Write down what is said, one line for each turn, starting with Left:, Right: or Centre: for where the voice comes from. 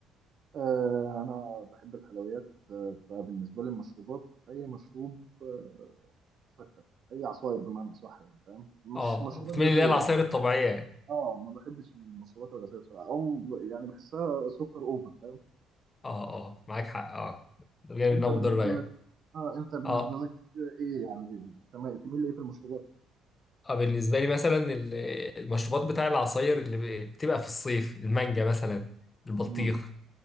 Right: آه انا بحب الحلويات آه فبالنسبه لي المشروبات اي مشروب آه، مسكر اي عصاير بمعنى اصح يعني فاهم مش
Left: اه
Right: مشروبات
Left: بتميل
Right: غازيه
Left: اللي هي العصائر
Right: يعني
Left: الطبيعيه يعني
Right: اه ما بحبش المشروبات الغازيه بصراحه او يعني بحسها سكر اوفر فاهم
Left: اه اه معاك حق اه ده جاي
Right: انت
Left: منها
Right: بالنسبه
Left: مضرة يعني
Right: لك اه انت بالنسبه
Left: اه
Right: لك آه، ايه يعني تمام تميل لايه في المشروبات
Left: اه بالنسبة لي مثلا ال- المشروبات بتاع العصاير اللي بتبقى في الصيف المانجا مثلا البطيخ
Right: امم